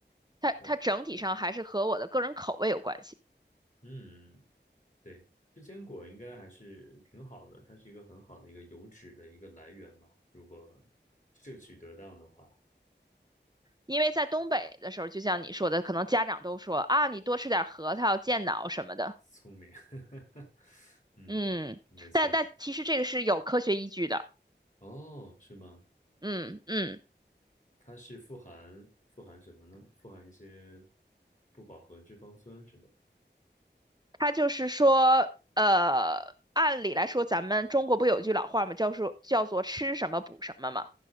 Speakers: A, on the right; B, on the left.
A: 它它整体上还是和我的个人口味有关系。
B: 那嗯对，这坚果应该还是挺好的，它是一个很好的一个油脂的一个来源嘛，如果摄取得当的话，
A: 因为在东北的时候，就像你说的，可能家长都说啊，你多吃点核桃健脑什么的，
B: 聪明。<laughs> 嗯，
A: 嗯，
B: 没错。
A: 但但其实这个是有科学依据的，
B: 哦，是吗？
A: 嗯嗯，
B: 它是富含富含什么呢？富含一些不饱和脂肪酸是吧？
A: 它就是说，呃，按理来说，咱们中国不有一句老话嘛，叫说叫做吃什么补什么嘛。